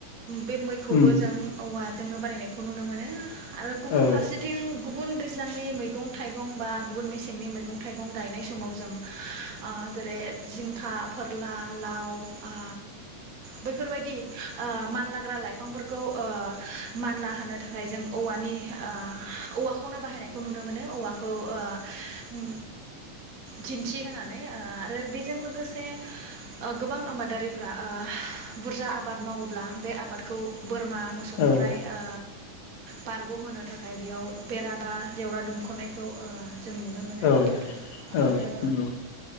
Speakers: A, on the right (about 70°); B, on the left (about 65°).
A: बे मैखौबो
B: उम
A: जों औवा जोंनो बानायनायखौ नुनो मोनो आरो
B: औ
A: गुबुन
B: नंगौ
A: फारसेथिं गुबुन दैज्लांनि मैगं थाइगं बा गुबुन मेसेंनि मैगं थाइगं गायनाय समाव जों ओ जेरै जिंखा फोरला लाउ आ बैफोरबायदि ओ मानलाग्रा लाइफ बिफांफोरखौ ओ मानला होनो थाखाय जों औवानि ओ औवाखौनो बाहायनायखौ नुनो मोनो औव खौ ओ उम दिन्थिहोनानै ओ आरो बेजों लोगोसे ओ गोबां आबादारिफ्रा ओ बुरजा आबाद मावोब्ला बे आबादखौ बोरमा मोसौनिफ्राय
B: औ
A: ओ बारगहोनो थाखाय बेयाव बेराबा जेवरा दुमखनायखौ ओ जों नुनो मोनो
B: औ
A: आरो
B: औ नंगौ